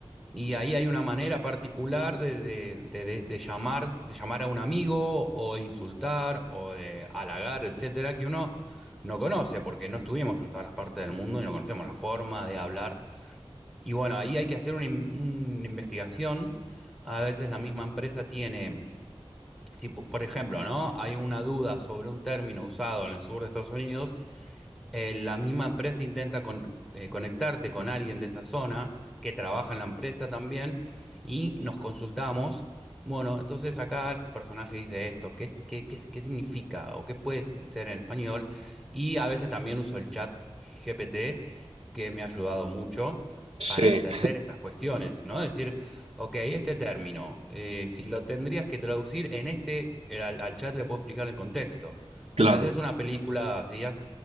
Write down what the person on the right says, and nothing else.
Sí,
<laughs>
claro,